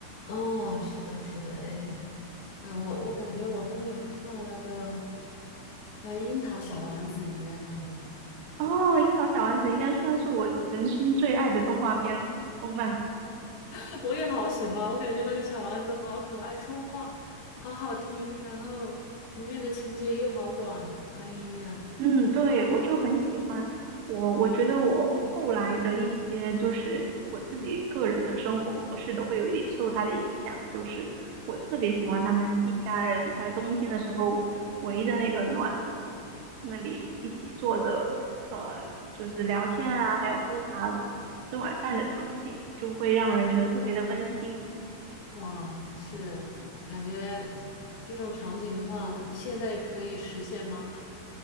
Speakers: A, on the left (about 85°); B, on the right (about 85°).
A: 哦，是的，是的，哎，啊，我我感觉我后面还看了那个，呃，《樱桃小丸子》，你有没有看过？
B: 哦，《樱桃小丸子》应该算是我人生最爱的动画片了，动漫。
A: <laughs> 我也好喜欢，我感觉那个小丸子好可爱，说话好好听，然后里面的情节又好暖，哎呀，
B: 嗯，对，我就很喜欢。我我觉得我后来的一些，就是我自己个人的生活模式都会有一点受它的影响。就是我特别喜欢他们一家人在冬天的时候围着那个暖炉，在那里一起坐着，呃，就是聊天啊，还有喝茶、吃晚饭的场景，就会让人觉得特别的温馨。
A: 哇，是感觉这种场景的话，现在可以实现吗？